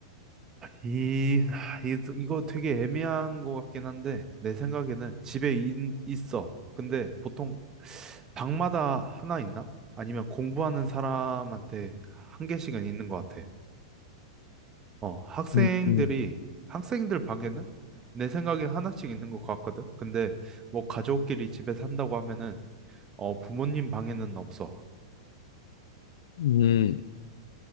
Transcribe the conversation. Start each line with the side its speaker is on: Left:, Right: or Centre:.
Right: 이, 이, 이거 되게 애매한 것 같긴 한데, 내 생각에는 집에 인- 있어. 근데 보통 방마다 하나 있나? 아니면 공부하는 사람한테 한 개씩은 있는 것 같아. 어, 학생들이,
Left: 음, 음.
Right: 학생들 방에는 내 생각에 하나씩 있는 것 같거든? 근데 뭐 가족끼리 집에 산다고 하면은, 어, 부모님 방에는 없어.
Left: 음,